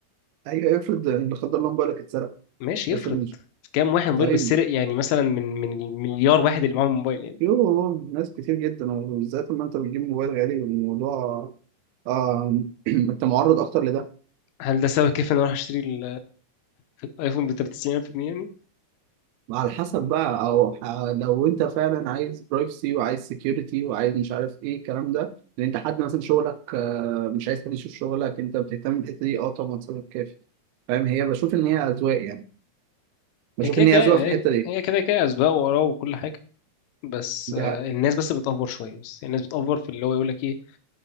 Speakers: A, on the right (about 85°); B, on the left (about 75°).
A: ايوه افرض لا قدر الله موبايلك اتسرق
B: ماشي
A: افرض
B: افرض
A: مش
B: كام واحد موبايل
A: طيب
B: بيتسرق يعني مثلا من من المليار واحد اللي معاهم موبايل يعني
A: يوه ناس كتير جدا وبالذات لما انت بتجيب موبايل غالي والموضوع آم، <clears throat> انت معرض اكتر لده
B: هل ده سبب كيف ان انا اروح اشتري الايفون ب 93000 جنيه يعني
A: على حسب بقى او ح- لو انت فعلا عايز برايفسي وعايز سكيورتي وعايز مش عارف ايه الكلام ده لان انت حد مثلا شغلك آه، مش عايز حد يشوف شغلك انت بتهتم بالحته دي اه طبعا سبب كافي فاهم هي بشوف ان هي اذواق يعني بشوف
B: هي كده
A: ان
B: كده
A: هي اذواق
B: هي
A: في الحته دي
B: هي كده كده اسباب وراه وكل حاجة بس
A: دي
B: آه،
A: حقيقة.
B: الناس بس بتأفور شوية بس الناس بتأفور في اللي هو يقول لك ايه